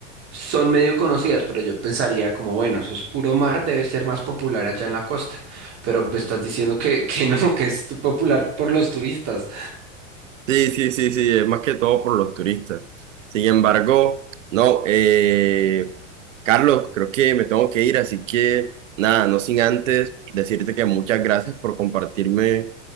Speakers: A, on the right; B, on the right.
A: Son medio conocidas, pero yo pensaría como, bueno, eso es puro mar, debe ser más popular allá en la costa. Pero me estás diciendo que, <laughs> que no, que es tu- popular por los turistas.
B: Sí, sí, sí, sí, es más que todo por los turistas. Sin embargo, no, eh, Carlos, creo que me tengo que ir, así que nada, no sin antes decirte que muchas gracias por compartirme